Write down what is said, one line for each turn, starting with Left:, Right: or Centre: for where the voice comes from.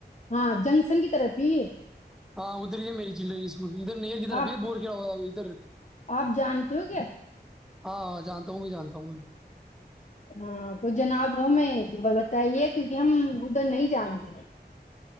Left: ہاں ج ن کی طرفی
Centre: ہاں ادھر ہی ہے میری چلو ادھر نہیں کدھر
Left: آپ
Centre: ب بور کیا ہوا ادھر
Left: آپ جانتے ہو کیا
Centre: ہاںاں جانتا ہوں بھی جانتا ہوں میں
Left: ہاں تو جناب ہمیں بتائیے کیونکہ ہم ادھر نہیں جانتے